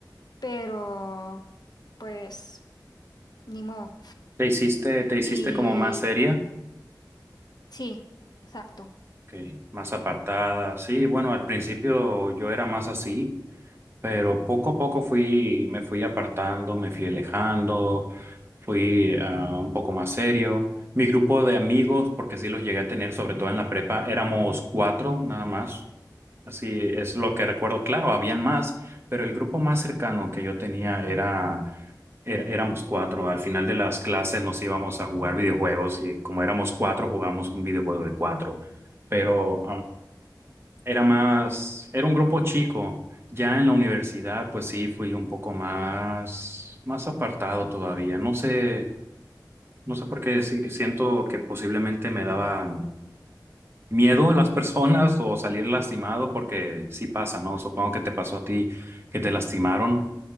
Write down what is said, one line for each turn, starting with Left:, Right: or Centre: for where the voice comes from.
Left: pero pues ni modo.
Right: ¿Te hiciste, te hiciste
Left: Y
Right: como más seria?
Left: sí, exacto.
Right: Ok, Más apartada, sí, bueno, al principio yo era más así Pero poco a poco fui, me fui apartando, me fui alejando, fui ah, un poco más serio. Mi grupo de amigos, porque sí los llegué a tener, sobre todo en la prepa, éramos cuatro nada más. Así es lo que recuerdo. Claro, habían más, pero el grupo más cercano que yo tenía era, er- éramos cuatro. Al final de las clases nos íbamos a jugar videojuegos y como éramos cuatro, jugamos un videojuego de cuatro. Pero era más, era un grupo chico. Ya en la universidad, pues sí, fui un poco más, más apartado todavía. No sé, no sé por qué sí que siento que posiblemente me daban miedo a las personas o salir lastimado, porque sí pasa, ¿no? Supongo que te pasó a ti que te lastimaron